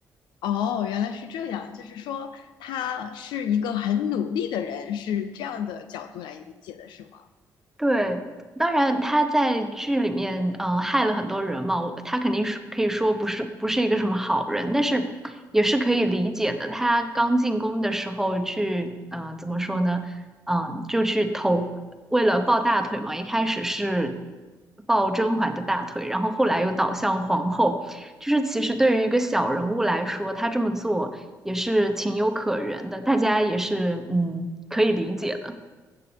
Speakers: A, on the left; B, in the centre.
A: 哦，原来是这样，就是说他是一个很努力的人，是这样的角度来理解的，是吗？
B: 对，当然他在剧里面，嗯、害了很多人嘛，我他肯定是可以说不是不是一个什么好人，但是也是可以理解的。他刚进宫的时候去，嗯、怎么说呢？嗯、就去投，为了抱大腿嘛，一开始是抱甄嬛的大腿，然后后来又倒向皇后，就是其实对于一个小人物来说，他这么做也是情有可原的，大家也是嗯可以理解的。